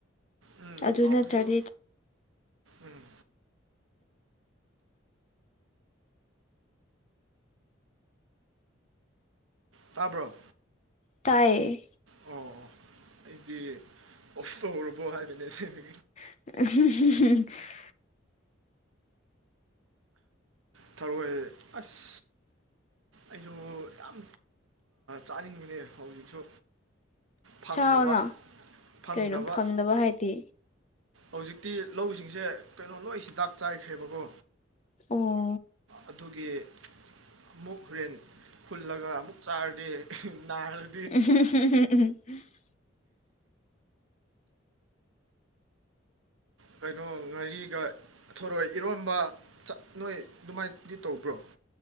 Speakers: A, on the right; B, on the left.
A: ꯎꯝ
B: ꯑꯗꯨ
A: ꯍꯥꯎꯔꯁꯨ
B: ꯅꯠꯇ꯭ꯔꯗꯤ
A: ꯎꯝ ꯇꯥꯕ꯭ꯔꯣ
B: ꯇꯥꯏꯌꯦ꯫
A: ꯑꯣ ꯑꯣ ꯑꯩꯗꯤ ꯀꯣꯁꯇ ꯑꯣꯏꯔꯕꯣ ꯍꯥꯏꯕꯅꯦ ꯁꯤꯦ ꯅ
B: <inaudible>
A: ꯊꯧꯔꯑꯣꯏ ꯑꯁ ꯑꯩꯁꯨ ꯌꯥꯝ ꯆꯥꯅꯤꯡꯕꯅꯦ ꯍꯧꯖꯤꯛꯁꯨ ꯐꯪꯗꯕ
B: ꯆꯥꯎꯅ
A: ꯐꯪꯗꯕ꯫
B: ꯀꯩꯅꯣ ꯍꯥꯏꯗꯤ
A: ꯍꯧꯖꯤꯛꯇꯤ ꯂꯧꯁꯤꯡꯁꯦ ꯀꯩꯅꯣ ꯂꯣꯏ ꯍꯤꯗꯥꯛ ꯆꯥꯏꯈ꯭ꯔꯦꯕꯀꯣ
B: ꯑꯣ
A: ꯑꯗꯨꯒꯤ ꯑꯃꯨꯛ ꯍꯣꯔꯦꯟ ꯐꯨꯜꯂꯒ ꯑꯃꯨꯛ ꯆꯥꯔꯗꯤ ꯅꯥꯈ꯭ꯔ
B: <inaudible>
A: ꯀꯩꯅꯣ ꯉꯥꯔꯤꯒ ꯊꯣꯔꯣꯏ ꯏꯔꯣꯟꯝꯕ ꯆꯠꯅꯣꯏ ꯑꯗꯨꯃꯥꯏꯅꯗꯤ ꯇꯧꯕ꯭ꯔꯣ